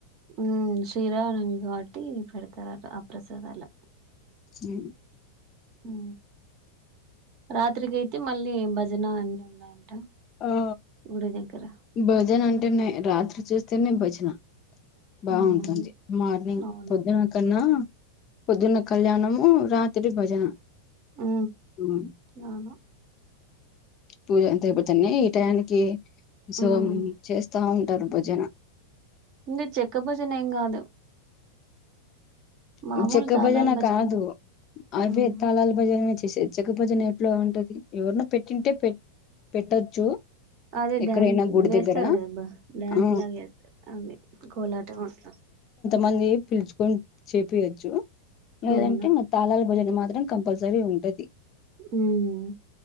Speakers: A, on the right; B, on the left.
A: ఉమ్ శ్రీరామనవమి వటి పెడతారంటా ఆ ప్రసాదాలు
B: ఉ
A: ఉ రాత్రికి అయితే మళ్ళీ భజన అన్ని ఉన్నాయంట
B: ఆ
A: గుడి దగ్గర
B: భజన అంటేనే రాత్రి చూస్తేనే భజన బాగుంటుంది
A: ఉమ్
B: మార్నింగ్
A: అవును
B: పొద్దున కన్నా పొద్దున కళ్యాణము రాత్రి భజన
A: ఉ
B: ఉమ్,
A: అవునా
B: పూజ అంత అయిపోతేనే ఈ టైనికి సో
A: ఉమ్
B: చేస్తా ఉంటారు భజన
A: ఇంగ చెక్క భజన ఎం కాదు మామూలు
B: ఉమ్ చెక్క
A: తాళాల
B: భజన కాదు అదే
A: ఉమ్
B: తళల్ భజన చే చెక్క భజన ఎట్ల ఉంటది ఎవర్నో పెట్టింటే పె పెట్టొచ్చు
A: అదే
B: ఎక్కడైనా
A: డ్యాన్స్
B: గుడి
A: వేస్తారు
B: దగ్గర
A: కదబ్బా డాన్స్
B: ఆ
A: లాగ వేస్తారు అదే కోలాటం అట్లా
B: మంది పిలుచుకుం చెపియొచ్చు లేదంటే
A: అవును
B: మా తాళాల భోజనం మాత్రం కంపల్సరీ ఉంటది
A: ఉమ్